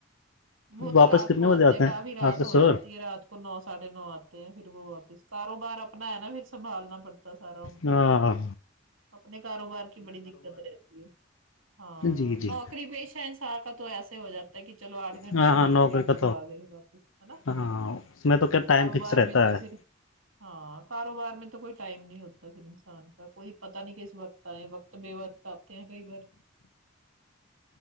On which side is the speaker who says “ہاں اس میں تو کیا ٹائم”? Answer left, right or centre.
Left